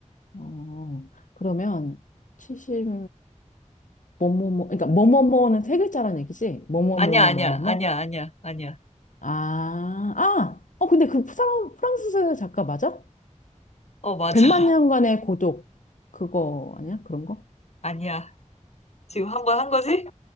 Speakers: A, on the left; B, on the left.
A: 어, 그러면 70, 뭐뭐뭐, 그러니까 뭐뭐뭐는 세 글자란 얘기지? 뭐뭐뭐의
B: 아니야, 아니야,
A: 뭐뭐뭐?
B: 아니야, 아니야, 아니야.
A: 아, 아! 어, 근데 그 프랑, 프랑스 작가 맞아?
B: 어, 맞아.
A: 백만 년간의 고독. 그거 아니야? 그런 거?
B: <laughs> 아니야. 지금 한 번 한 거지?